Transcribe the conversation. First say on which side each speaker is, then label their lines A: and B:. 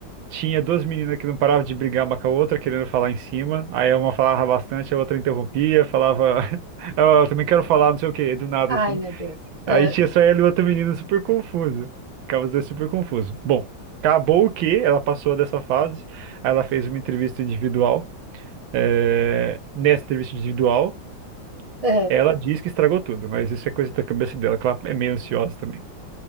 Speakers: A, on the right; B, on the right.
A: Tinha duas meninas que não paravam de brigar uma com a outra, querendo falar em cima. Aí uma falava bastante, a outra interrompia, falava, <laughs> "Ah, eu também quero falar, não sei o quê, do nada
B: ai,
A: assim.
B: meu Deus.
A: Aí
B: Ah,
A: tinha só ela e outra menina super confusa. Ficava os dois super confusos. Bom, acabou o que ela passou dessa fase. Aí ela fez uma entrevista individual. É, Nessa entrevista individual,
B: ah,
A: ela diz que estragou tudo, mas isso é coisa da cabeça dela, que ela é meio ansiosa também,